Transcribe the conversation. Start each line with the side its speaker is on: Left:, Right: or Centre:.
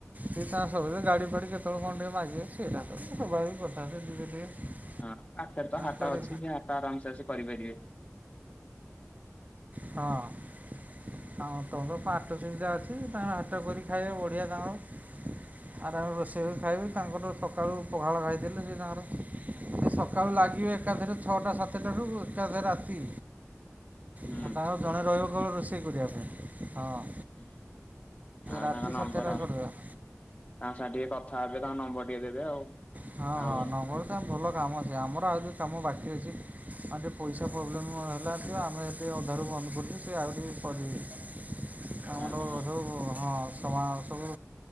Right: ସେ ତା ସବୁ ଜିଷ ଗାଡି ଫାଡି କେତବେଳେ କଣ ଟିକେ ମାଗିବେ ସେଟା ତ ସ୍ୱଭାବିକ କଥା ସେ ଦୂରରେ ଟିକେ
Left: ହଁ ପାଖରେ ତ ହାଟ
Right: କୁଆଡ଼େ
Left: ଅଛି ବି ହାଟ ଆରାମସେ ଆସି କରିପାରିବେ।
Right: ହଁ। ହଁ ତମର ତ ପାଟ ସୁବିଧା ଅଛି ତାଙ୍କର ହାଟ କରି ଖାଇବେ ବଢ଼ିଆ ତାଙ୍କର। ଆରେ ଆମର ରୋଷେଇ କରି ଖାଇବେ ତାଙ୍କର ସକାଳୁ ପଖାଳ ଖାଇଦେଲେ ସେ ତାଙ୍କର ସକାଳୁ ଲାଗିବେ ଏକାଥରେ ଛଅଟା ସାତଟାରୁ ଏକାଥରେ ରାତି।
Left: ହୁଁ
Right: ଆଉ ତାଙ୍କର ଜଣେ ରହିବ କେବଳ ରୋଷେଇ କରିବା ପାଇଁ। ହଁ।
Left: ହୁଁ। ଆଉ
Right: ରାତି
Left: ତାଙ୍କ ନମ୍ବର?
Right: ସାତଟା କରିଦେବା
Left: ତାଙ୍କ ସାଙ୍ଗେ ଟିକେ କଥା ହେବେ ତାଙ୍କ ନମ୍ବର ଟିକେ ଦେବେ ଆଉ।
Right: ହଁ
Left: ଆଉ
Right: ହଁ ନମ୍ୱର ଟା ଭଲ କାମ ସେ ଆମର ଆଉ ଯୋଉ କାମ ବାକି ଅଛି ଆଉ ଟିକେ ପଇସା ପ୍ରୋବ୍ଲେମ୍ ହେଲାଠୁ ଆମେ ଏବେ ଅଧାରୁ ବନ୍ଦ କରିଛୁ ସେ ଆଉ ଟିକେ କରିବେ। କାମ
Left: ହଁ
Right: <unintelligible> ହଁ। ସମାନ ସବୁ